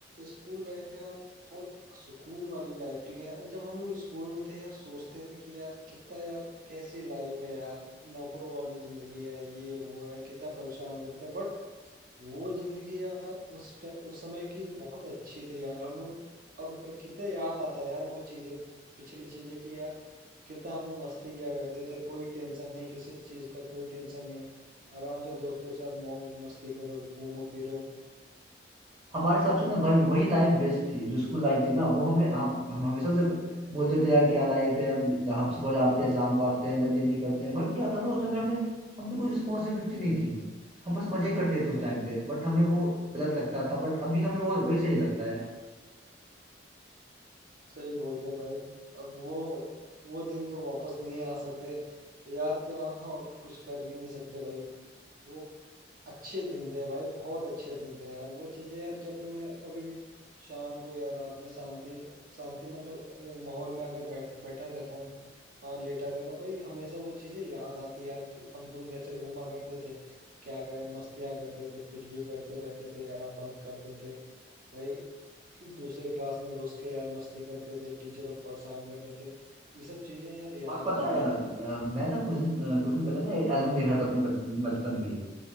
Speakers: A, on the right; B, on the right.
A: स्कूल लाइफ है यार बहुत सुकून वाली लाइफ थी यार जब हम लोग स्कूल में थे यार सोचते थे कि यार कितना यार कैसी लाइफ है यार नौकरों वाली जिंदगी है ये वो है कितना परेशान करते हैं बट वो जिंदगी यार उस ट- उस समय की बहुत अच्छी थी यार हम लोग अब पे- कितना याद आता है यार वो चीजें पिछली चीजें कि यार कितना हम लोग मस्ती किया करते थे कोई टेंशन नहीं किसी चीज का कोई टेंशन नहीं आराम से दोस्तों के साथ मौज मस्ती करो घूमो फिरो
B: हमारे हिसाब से ना भाई वही लाइफ बेस्ट थी जो स्कूल लाइफ थी ना वो हमें हम हम हमेशा से बोलते थे यार क्या लाइफ है हम जहाँ सुबह जाते हैं शाम को आते हैं मजे नहीं करते हैं भाई क्या था ना उस टाइम हमें हम पे कोई रिस्पॉन्सिबिलिटी नहीं थी हम बस मजे ही करते थे उस टाइम पे बट हमें वो गलत लगता था बट अभी हमें वो वही सही लगता है
A: सही बोल रहे हो भाई अब वो वो दिन तो वापस नहीं आ सकते याद के अलावा और कुछ कर भी नहीं सकते भाई वो अच्छे दिन थे भाई बहुत अच्छे दिन थे यार वो चीजें यार जब भी मैं कभी भी शाम को या रात में शांति शांति मतलब अ, माहौल में अगर बैठ बैठा रहता हूँ और लेटा रहता हूँ भाई हमेशा वो चीजें याद आती है यार कि हम तुम कैसे घूमा करते थे क्या क्या मस्तियाँ करते थे कुछ भी करते रहते थे यार बंक करते थे भाई कि दूसरे क्लास में घुस के यार मस्ती करते थे टीचरों को परेशान करते थे ये सब चीजें यार याद
B: और पता
A: आती
B: है अ,
A: हैं यार
B: मैं ना कुछ दिन अ, कुछ दिन पहले ना एल्बम देख रहा था अपने बच- बचपन की